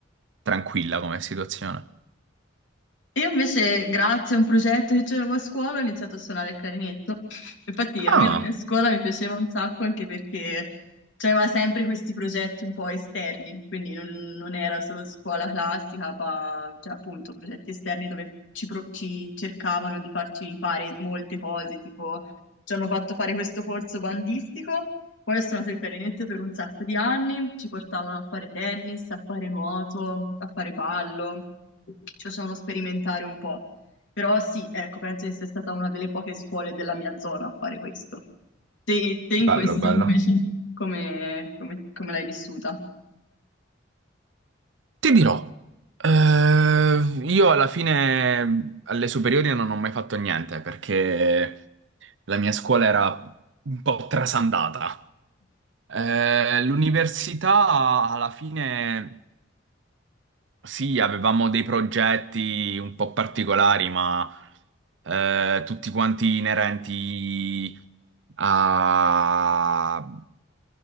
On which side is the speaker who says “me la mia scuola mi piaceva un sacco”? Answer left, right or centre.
Left